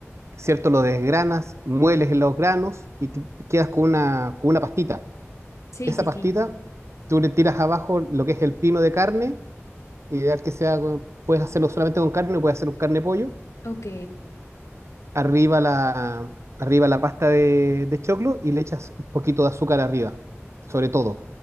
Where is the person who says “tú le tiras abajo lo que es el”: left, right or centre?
Right